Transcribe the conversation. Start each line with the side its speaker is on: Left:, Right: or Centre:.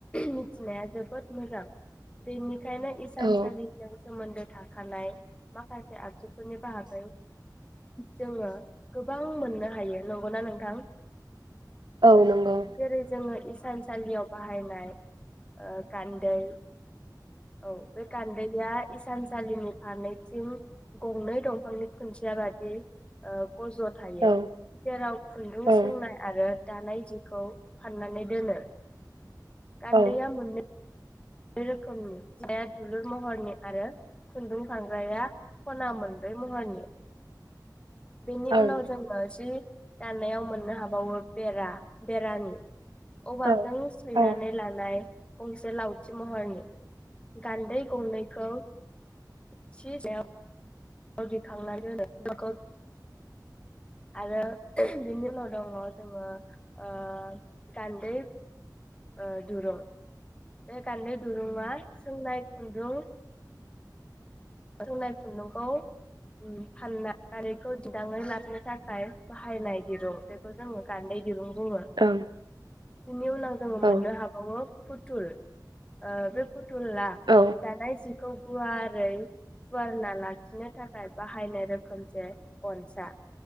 Left: मिथिनाया जोबोद मोजां बेनि खायनो इसानसालिखौ
Right: औ
Left: सोमोन्दो थाखानाय माखासे आगजु नि बाहागै जोङो गोबां मोननो हायो। नंगौ ना नोंथां?
Right: औ नंगौ
Left: जेरै जोङो इस सानसालियाव बाहायनाय ओ गान्दै औ बे गान्दैया इस सानसालिनि फारनैथिं गंनै दंफांनि खुन्थियाबादि ओ गज' थायो
Right: औ
Left: जेराव खुन्दुं
Right: औ
Left: सोंनाय आरो दानाय जिखौ फाननानै दोनो। गान्दैया
Right: औ ओं
Left: मोननै मोननै रोखोमनि <unintelligible> दुलुर महरनि आरो खुन्दुं फानग्राया ख'ना मोनब्रै महरनि। बेनि
Right: ओं
Left: उनाव जोङो जि दानायाव मोननो हाबावो बेरा बेरानि औवाजों
Right: औ
Left: सैनानै
Right: औ ओं
Left: लानाय गंसे लाव थि महरनि गान्दै गंनैखौ <unintelligible> <unintelligible> दिखांना दोनो <unintelligible> आरो बेनि उनाव दङ' जोङो ओ गान्दै ओ दुरुं बे गान्दै दुरुङा सोंनाय खुन्दुं सोंनाय खुन्दुंखौ ओम फाननानै बेखौ दिन्दाङै लाबोनो थाखाय बाहायनाय दिरुं बेखौ जोङो गान्दै दिरुं बुङो
Right: ओं
Left: बिनि उनाव जोङो मोननो
Right: ओं औ
Left: हाबावो फुथुल ओं बे फुथुला
Right: औ
Left: दानाय जि खौ गुवारै फुवारना लाखिनो थाखाय बाहायनाय रोखोमसे गनसा